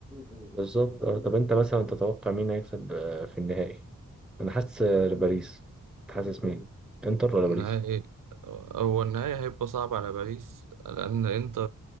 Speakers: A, in the centre; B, on the right.
A: بالظبط اه طب انت مثلا تتوقع مين هيكسب آه، في النهائي انا حاسس آه، باريس أنت حاسس مين انتر ولا
B: نهائي
A: باريس
B: هو النهائي هيبقى صعب على باريس لأن أنت